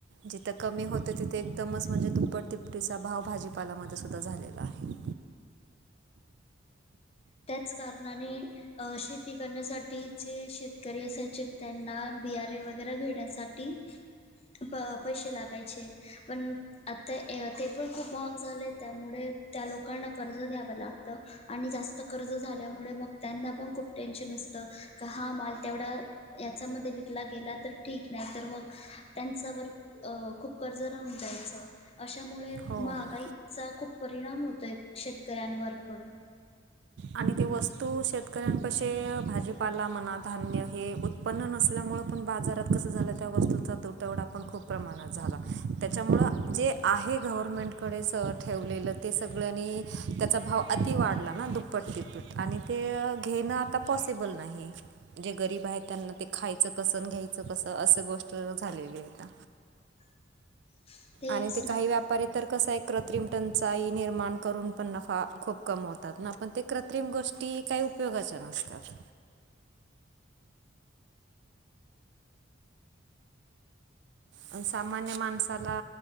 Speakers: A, on the right (about 60°); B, on the left (about 30°).
A: जिथं कमी होत तिथे एकदमच म्हणजे दुप्पट तिपटीचा भाव भाजीपालामध्ये सुद्धा झालेला आहे.
B: त्याच कारणाने शेती करण्यासाठी जे शेत. शेतकरी असयचे त्यांना बिआर ए वगैरे घेण्यासाठी. प पैसे लागायचे पण. आता ते पण खूप महाग झाले त्यामुळे त्या लोकांना कर्ज घ्यावं लागतं. आणि जास्त कर्ज झाल्यामुळे मग त्यांना पण खूप टेन्शन असतं हा माल तेवढा. याच्यामध्ये विकला गेला तर ठीक नाही तर मग त्यांच्यावर. अ खूप कर्ज राहून जायचं. अशामुळे
A: हो
B: महागाईचा खूप परिणाम होतोय शेतकऱ्यांवर पण.
A: आणि ती वस्तू शेतकऱ्यां कसे भाजीपाला म्हणा धान्य हे. उत्पन्न नसल्यामुळं पण बाजारात कसं झालं त्या वस्तूंचा तुटवडा पण खूप प्रमाणात झाला त्याच्यामुळं. जे आहे गव्हर्मेंटकडे स ठेवलेलं ते सगळ्यांनी त्याचा भाव अति वाढला ना दु तिपट तिप्पट आणि ते घेणं आता पॉसिबल नाही. जे गरीब आहेत त्यांना ते खायचं कसं घ्यायचं कसं असं गोष्ट झालेली हो.
B: <inaudible> तेच
A: आणि ते
B: ना
A: काही व्याप पर तरर कसं आहे कृत्रिम टनचाई निर्माण करून पण नफा खूप कमी होतात ना. पण ते कृत्रिम गोष्टी काही उपयोगाच्या नसतात. प सामान्य माणसाला